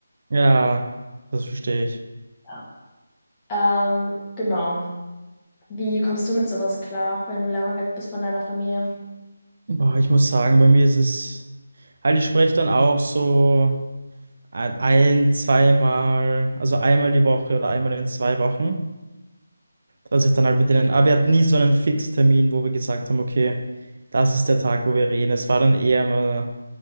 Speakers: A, on the right; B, on the left.
A: ja, das verstehe ich.
B: Ja. Ähm, genau. Wie kommst du mit sowas klar, wenn du lange weg bist von deiner Familie?
A: Boah, ich muss sagen, bei mir ist es halt, ich spreche dann auch so ein, ein, zweimal, also einmal die Woche oder einmal in zwei Wochen. dass ich dann halt mit denen, aber wir hatten nie so einen Fixtermin, wo wir gesagt haben, okay, das ist der Tag, wo wir reden. Es war dann eher immer,